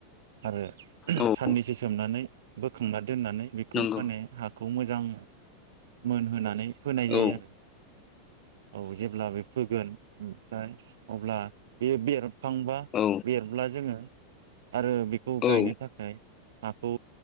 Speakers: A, on the right; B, on the left.
A: आरो
B: औ
A: साननैसो सोमनानै बोखांना दोननानै बेखौ
B: नंगौ
A: माने हाख खौ मोजां मोनहोनानै फोनाय जायो
B: औ
A: आरो औ जेब्ला बे फोगोन ओम फाय अब्ला बे बेर खांबा
B: औ
A: बेरब्ला जोङो आरो बेखौ गायनो
B: औ
A: थाखाय हाखौ